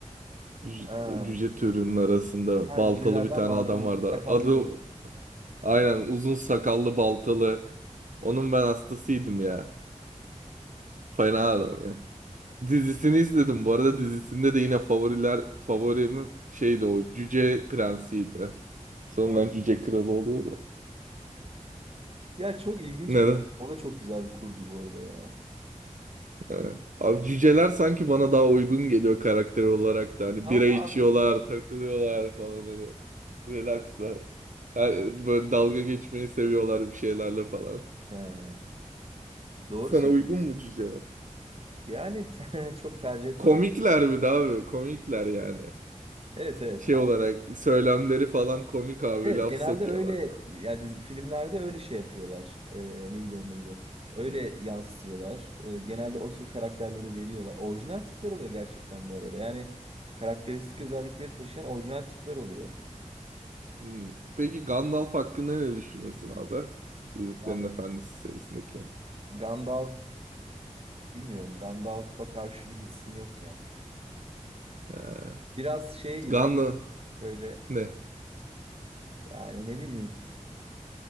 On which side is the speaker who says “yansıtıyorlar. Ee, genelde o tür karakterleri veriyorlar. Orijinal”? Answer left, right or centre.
Right